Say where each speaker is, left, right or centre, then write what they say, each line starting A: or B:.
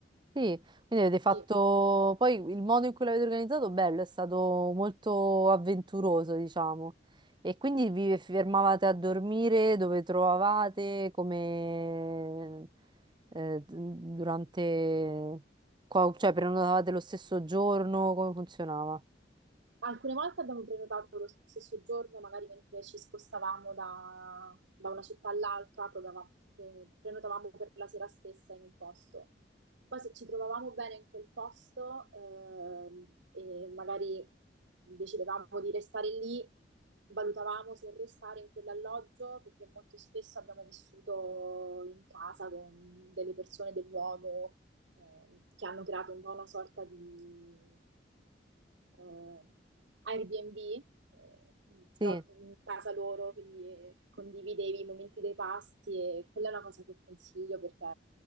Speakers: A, on the right (about 25°); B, on the right (about 85°).
A: Sì, quindi avete fatto
B: Sì.
A: poi il modo in cui l'avete organizzato, bello, è stato molto avventuroso, diciamo. E quindi vi fermavate a dormire dove trovavate, come eh, durante, qua- cioè prenotavate lo stesso giorno, come funzionava?
B: Alcune volte abbiamo prenotato lo stesso giorno, magari mentre ci spostavamo da, da una città all'altra, prenotavamo pre- prenotavamo per la sera stessa in un posto. Poi se ci trovavamo bene in quel posto, ehm, e magari decidevamo di restare lì, valutavamo se restare in quell'alloggio, perché molto spesso abbiamo vissuto in casa con delle persone del luogo eh, che hanno creato un po' una sorta di eh, Airbnb, eh,
A: Sì.
B: però in casa loro, quindi condividevi i momenti dei pasti e quella è una cosa che consiglio perché